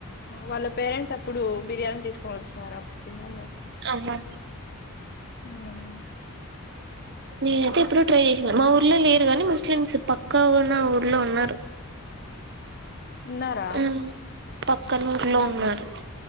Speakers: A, on the left (about 45°); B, on the right (about 50°).
A: వాళ్ళ పేరెంట్స్ అప్పుడు బిర్యానీ తీసుకొని వచ్చినారు అప్పుడు తిన్నాం మేము
B: అనా
A: ఉమ్.
B: నేనైతే ఎప్పుడ ట్రై చేస మా ఊర్లో లేరు నీ ముస్లిమ్స్ పక్కా ఉ నా ఊర్లో ఉన్నారు
A: ఉన్నారా
B: ఆ! పక్కన ఊర్లో
A: హ్మ్
B: ఉన్నారు.